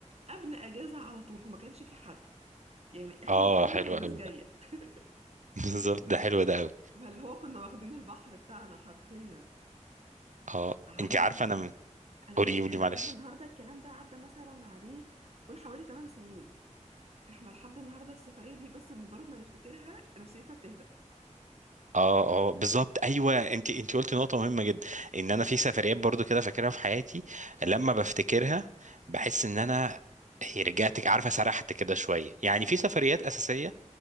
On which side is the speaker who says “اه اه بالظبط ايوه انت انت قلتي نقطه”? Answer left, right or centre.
Right